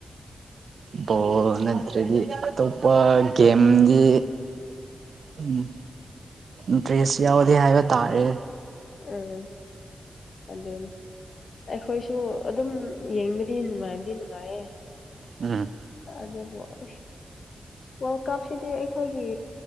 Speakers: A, on the right; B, on the left.
A: ꯕꯣꯜ ꯅꯠꯇ꯭ꯔꯗꯤ ꯑꯇꯣꯞꯄ ꯒꯦꯝꯗꯤ ꯎꯝ ꯏꯟꯇ꯭ꯔꯦꯁ ꯌꯥꯎꯗꯦ ꯍꯥꯏꯕ ꯇꯥꯔꯦ
B: ꯎꯝ ꯑꯗꯨꯅꯤ ꯑꯩꯈꯣꯏꯁꯨ ꯑꯗꯨꯝ ꯌꯦꯡꯕꯗꯤ ꯅꯨꯡꯉꯥꯏꯕꯗꯤ ꯅꯨꯡꯉꯥꯏꯌꯦ
A: ꯎꯝ
B: ꯑꯗꯨꯕꯨ ꯑꯁ ꯋꯥꯔꯜ ꯀꯞꯁꯤꯗꯤ ꯑꯩꯈꯣꯏꯒꯤ